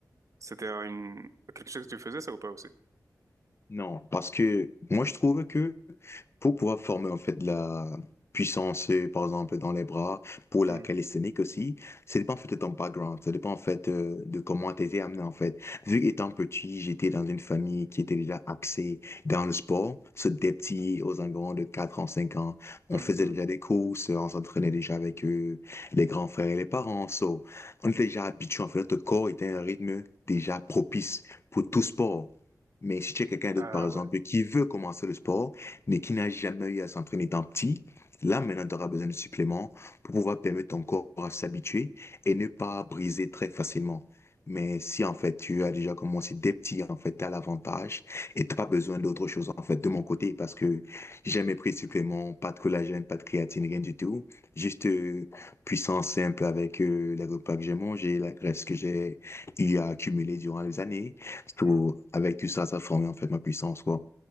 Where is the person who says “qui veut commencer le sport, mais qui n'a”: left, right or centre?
Left